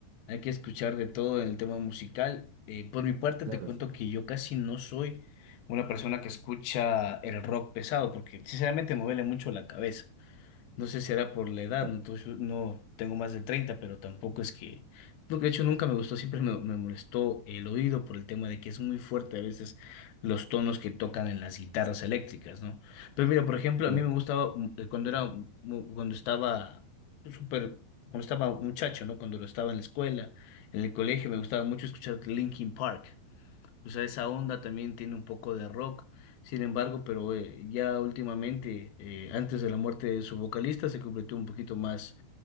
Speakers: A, on the left; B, on the right.
A: hay que escuchar de todo en el tema musical. Eh, por mi parte,
B: Claro,
A: te cuento
B: sí.
A: que yo casi no soy una persona que escucha el rock pesado, porque sinceramente me duele mucho la cabeza. No sé si era por la edad,
B: Claro.
A: no, Entonces, no tengo más de 30 pero tampoco es que... no, De hecho, nunca me gustó, siempre me, me molestó el oído por el tema de que es muy fuerte a veces los tonos que tocan en las guitarras eléctricas, ¿no? Pero mira, por ejemplo,
B: claro.
A: a mí me gustaba mm, eh, cuando era, mu- cuando estaba súper, cuando estaba muchacho, ¿no? Cuando lo estaba en la escuela, en el colegio, me gustaba mucho escuchar Linkin Park. O sea, esa onda también tiene un poco de rock. Sin embargo, pero eh, ya últimamente, eh, antes de la muerte de su vocalista, se completó un poquito más.